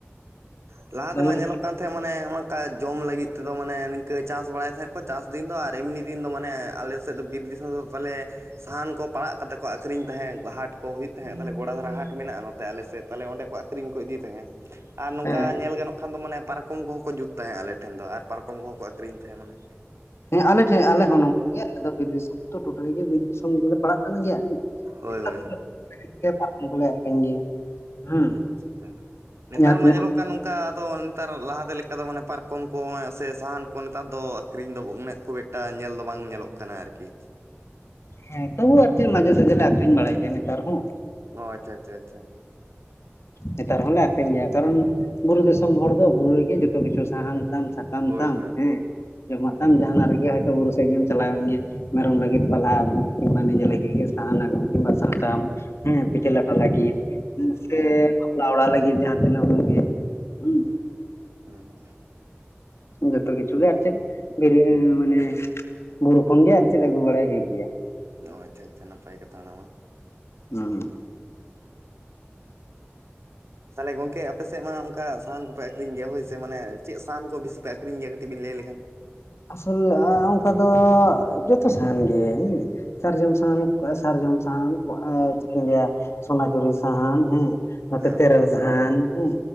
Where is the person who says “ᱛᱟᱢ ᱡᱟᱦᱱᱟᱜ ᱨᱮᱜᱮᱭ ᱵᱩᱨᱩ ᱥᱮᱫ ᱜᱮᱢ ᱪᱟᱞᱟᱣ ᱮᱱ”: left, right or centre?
Left